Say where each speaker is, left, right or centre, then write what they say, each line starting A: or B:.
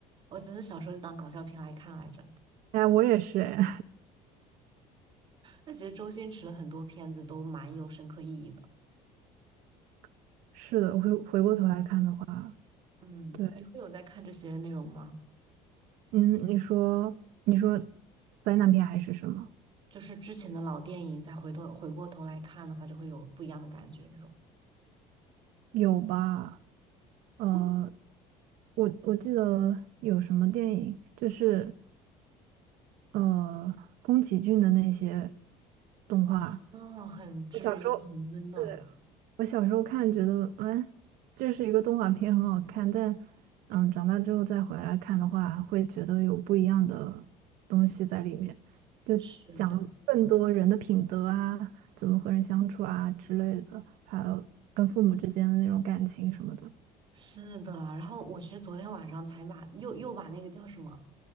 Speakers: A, on the right; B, on the right.
A: 我只是小时候就当搞笑片来看来着。
B: 哎，我也是，哎，
A: 那其实周星驰的很多片子都蛮有深刻意义的。
B: <laughs> 是的，回回过头来看的话，
A: 嗯，
B: 对，
A: 你会有在看这些内容吗？
B: 嗯，你说，你说灾难片还是什么？
A: 就是之前的老电影，再回头回过头来看的话，就会有不一样的感觉。这种，
B: 有吧？呃，
A: 嗯
B: 我我记得有什么电影，就是呃宫崎骏的那些动画。
A: 啊，哦很治愈，
B: 我小时候。
A: 很温暖啊
B: 对。我小时候看觉得，哎，这是一个动画片，很好看，但嗯，长大之后再回来看的话，会觉得有不一样的东西在里面，就讲了更多人的品德啊，
A: 是的。
B: 怎么和人相处啊之类的，还有跟父母之间的那种感情什么的。
A: 是的，然后我其实昨天晚上才把又又把那个叫什么，